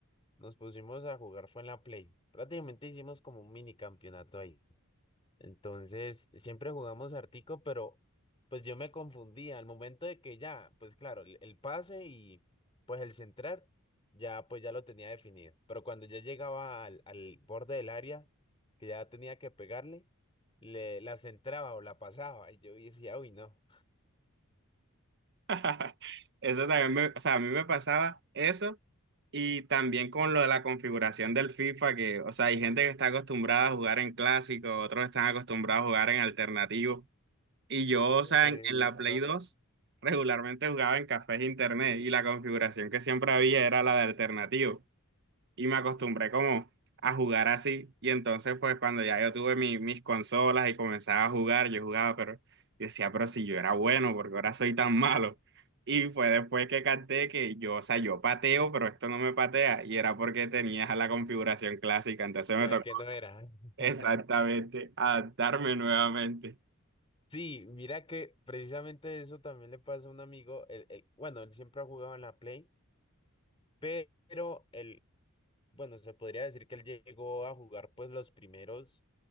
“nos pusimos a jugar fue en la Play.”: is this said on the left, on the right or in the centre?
Left